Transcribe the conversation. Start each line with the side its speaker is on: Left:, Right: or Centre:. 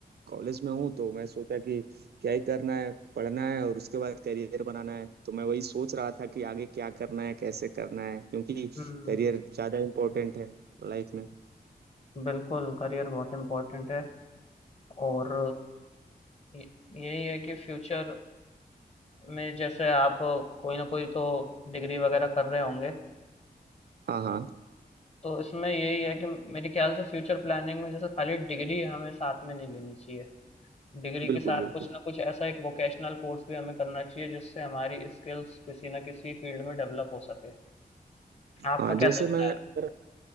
Right: कॉलेज में हूँ तो मैं सोचा कि क्या ही करना है पढ़ना है और उसके बाद करियर बनाना है तो मैं वही सोच रहा था कि आगे क्या करना है कैसे करना है क्योंकि
Left: हम्म
Right: करियर ज़्यादा इम्पोर्टेंट है लाइफ में
Left: बिल्कुल करियर बहुत इम्पोर्टेंट है और य- यही है कि फ्यूचर में जैसे आप कोई ना कोई तो डिग्री वगैरह कर रहे होंगे
Right: हाँ हाँ
Left: तो इसमें यही है कि मेरे ख्याल से फ्यूचर प्लानिंग में जैसे खाली डिग्री हमें साथ में नहीं लेनी चाहिए डिग्री के
Right: बिल्कुल
Left: साथ
Right: बिल्कुल
Left: कुछ ना कुछ ऐसा एक वोकेशनल कोर्स भी हमें करना चाहिए, जिससे हमारी स्किल्स किसी न किसी फील्ड में डेवलप हो सके। आपका
Right: हाँ
Left: क्या
Right: जैसे
Left: सोचना
Right: मैं
Left: है?
Right: अगर